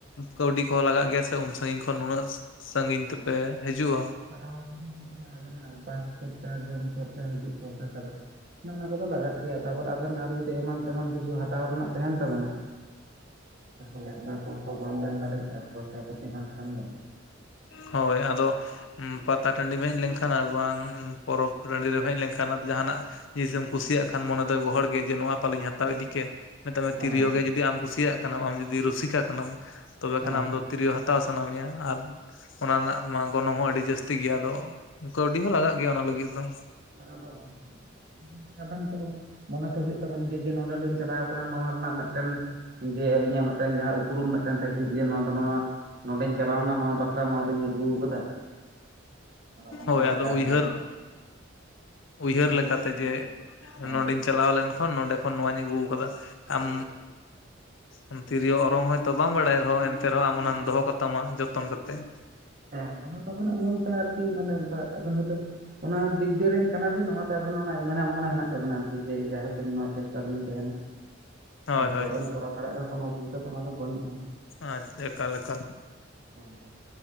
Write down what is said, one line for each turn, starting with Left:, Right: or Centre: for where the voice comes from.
Left: ᱠᱟᱹᱣᱰᱤ ᱠᱚᱦᱚᱸ ᱞᱟᱜᱟᱜ ᱜᱮᱭᱟ ᱥᱮ ᱩᱱ ᱥᱟᱸᱜᱤᱧ ᱠᱷᱚᱱ ᱱᱩᱱᱟᱹᱜ ᱥᱟᱸᱜᱤᱧ ᱛᱮᱯᱮ ᱦᱤᱡᱩᱜᱼᱟ᱾
Right: <unintelligible> ᱟᱵᱮᱱᱟᱜ ᱵᱟᱥ ᱠᱷᱚᱨᱪᱟ ᱡᱚᱢ ᱠᱷᱚᱨᱪᱟ ᱦᱤᱡᱩᱜ ᱠᱷᱚᱨᱪᱟ ᱪᱟᱞᱟᱜ ᱚᱱᱮ ᱚᱱᱟ ᱠᱚᱫᱚ ᱞᱟᱜᱟᱜ ᱜᱮᱭᱟ ᱛᱟᱨᱯᱚᱨ ᱟᱵᱮᱱ ᱟᱨᱚ ᱡᱩᱫᱤ ᱮᱢᱟᱱ ᱛᱮᱢᱟᱱ ᱠᱤᱪᱷᱩ ᱦᱟ ᱦᱟᱛᱟᱣ ᱨᱮᱱᱟᱜ ᱛᱟᱦᱮᱱ ᱛᱟᱵᱮᱱᱟ ᱛᱟᱦᱚᱞᱮ ᱚᱱᱟ ᱠᱚᱦᱚᱸ ᱵᱟᱢ ᱢᱮᱱ ᱫᱟᱲᱮᱭᱟᱜᱼᱟ ᱯᱚᱭᱥᱟ ᱠᱚ ᱥᱮ ᱵᱟᱝ ᱠᱷᱟᱱ ᱫᱚ
Left: ᱦᱳᱭ ᱟᱫᱚ ᱯᱟᱛᱟ ᱴᱟᱺᱰᱤᱢ ᱦᱮᱡ ᱞᱮᱱᱠᱷᱟᱱ ᱟᱨ ᱵᱟᱝ ᱯᱚᱨᱚᱵᱽ ᱴᱟᱺᱰᱤ ᱨᱮᱢ ᱦᱮᱡ ᱞᱮᱱᱠᱷᱟᱱ ᱡᱟᱦᱱᱟᱜ ᱡᱤᱥᱮ ᱮᱢ ᱠᱩᱥᱤᱭᱟᱜ ᱠᱷᱟᱱ ᱢᱚᱱᱮ ᱫᱚ ᱜᱚᱦᱚᱲ ᱠᱮᱜ ᱜᱮ ᱱᱚᱣᱟ ᱯᱟᱞᱤᱧ ᱦᱟᱛᱟᱣ ᱤᱫᱤ ᱠᱮ᱾ ᱢᱮᱛᱟᱜ ᱢᱮ
Right: ᱦᱮᱸ
Left: ᱛᱤᱨᱭᱳᱜ ᱜᱮ ᱡᱩᱫᱤ ᱟᱢ ᱠᱩᱥᱤᱭᱟᱜ ᱠᱟᱱᱟᱢ ᱟᱢ ᱡᱩᱫᱤ ᱨᱩᱥᱤᱠᱟ ᱠᱟᱱᱟᱢ ᱛᱚᱵᱮ
Right: ᱦᱮᱸ
Left: ᱠᱷᱟᱱ ᱟᱢ ᱫᱚ ᱛᱤᱨᱭᱳ ᱦᱟᱛ ᱦᱟᱛᱟᱣ ᱥᱟᱱᱟ ᱢᱮᱭᱟ ᱟᱨ ᱚᱱᱟ ᱨᱮᱱᱟᱜ ᱢᱟ ᱜᱚᱱᱚᱝ ᱦᱚᱸ ᱟᱹᱰᱤ ᱡᱟᱹᱥᱛᱤ ᱜᱮᱭᱟ ᱟᱫᱚ ᱠᱟᱹᱣᱰᱤ ᱦᱚᱸ ᱞᱟᱜᱟᱜ ᱜᱮᱭᱟ ᱚᱱᱟ ᱞᱟᱹᱜᱤᱫ ᱫᱚ᱾
Right: <unintelligible> ᱟᱵᱮᱱ ᱛᱚ ᱢᱚᱱᱮ ᱛᱚ ᱦᱩᱭᱩᱜ ᱛᱟᱵᱮᱱ ᱜᱮᱭᱟ ᱡᱮ ᱱᱚᱰᱮᱞᱤᱧ ᱪᱟᱞᱟᱣ ᱠᱟᱱᱟ ᱱᱚᱣᱟ ᱨᱮᱱᱟᱜ ᱢᱤᱫᱴᱮᱱ ᱡᱮ ᱟᱞᱤᱧᱟᱜ ᱢᱤᱫᱴᱮᱱ ᱡᱟᱦᱟᱸ ᱩᱯᱨᱩᱢ ᱢᱤᱫᱴᱮᱱ ᱛᱟᱦᱮᱸ ᱡᱮ ᱱᱚᱣᱟ ᱫᱚ ᱱᱚᱣᱟ ᱱᱚᱰᱮᱧ ᱪᱟᱞᱟᱣᱱᱟ ᱱᱚᱣᱟ ᱵᱟᱠ ᱵᱟᱠᱷᱨᱟ ᱱᱚᱣᱟ ᱫᱚᱧ ᱟᱹᱜᱩ ᱟᱠᱟᱫᱟ᱾ ᱟᱫᱚ ᱚᱱᱠᱟ
Left: ᱦᱳᱭ
Right: ᱞᱮᱠᱟ
Left: ᱟᱫᱚ
Right: ᱟᱨᱠᱤ
Left: ᱩᱭᱦᱟᱹᱨ ᱩᱭᱦᱟᱹᱨ
Right: ᱞᱟᱹᱜᱤᱫ
Left: ᱞᱮᱠᱟᱛᱮ
Right: ᱛᱮ ᱟᱨᱠᱤ
Left: ᱡᱮ
Right: ᱦᱮᱸ
Left: ᱱᱚᱰᱮᱧ ᱪᱟᱞᱟᱣ ᱞᱮᱱᱠᱷᱟᱱ ᱱᱚᱰᱮ ᱠᱷᱚᱱ ᱱᱚᱣᱟᱧ ᱟᱹᱜᱩ ᱟᱠᱟᱫᱟ᱾
Right: ᱟᱹᱜᱩ
Left: ᱟᱢ ᱮᱸᱻ ᱛᱤᱨᱭᱳ ᱚᱨᱚᱝ ᱦᱚᱭᱛᱳ ᱵᱟᱢ ᱵᱟᱲᱟᱭ ᱨᱮᱦᱚᱸ ᱮᱱ ᱛᱮ ᱨᱮᱦᱚᱸ ᱟᱢ ᱚᱱᱟᱢ
Right: ᱦᱮᱸ
Left: ᱫᱚᱦᱚ ᱠᱟᱛᱟᱢᱟ ᱡᱚᱛᱚᱱ ᱠᱟᱛᱮᱫ᱾
Right: ᱦᱮᱸ <unintelligible> ᱟᱵᱮᱱᱟᱜ ᱢᱚᱱᱛᱮ ᱟᱨᱠᱤ ᱢᱟᱱᱮ ᱟᱵᱮᱱ ᱦᱳᱭᱛᱚ ᱚᱱᱟ ᱫᱤᱠ ᱫᱤᱭᱮ ᱠᱟᱱᱟᱵᱤᱱ ᱚᱱᱟᱛᱮ ᱟᱵᱮᱱᱟᱜ ᱚᱱᱟ ᱢᱮᱱᱟᱜ ᱢᱚᱱᱮ ᱦᱮᱱᱟᱜ ᱛᱟᱵᱤᱱᱟ ᱟᱨᱠᱤ ᱡᱮ ᱡᱟᱭᱦᱳᱠ ᱟᱞᱤᱧ ᱱᱚᱣᱟ ᱪᱮᱥᱴᱟ ᱨᱮ ᱞᱤᱧ‌ ᱛᱮᱦᱮᱱᱟ
Left: ᱦᱳᱭ ᱦᱳᱭ
Right: ᱵᱟᱵᱮᱱ ᱠᱚᱨᱟᱣ ᱫᱟᱲᱮᱭᱟᱜ ᱨᱮᱦᱚ ᱠᱳᱱᱳ ᱚᱥᱩᱵᱤᱫᱷᱟ ᱛᱚ ᱚᱱᱟ ᱫᱚ ᱵᱟᱹᱱᱩᱜᱼᱟ᱾
Left: ᱟᱪᱪᱷᱟ ᱟᱠᱟ ᱞᱮᱠᱟ
Right: ᱦᱮᱸᱻ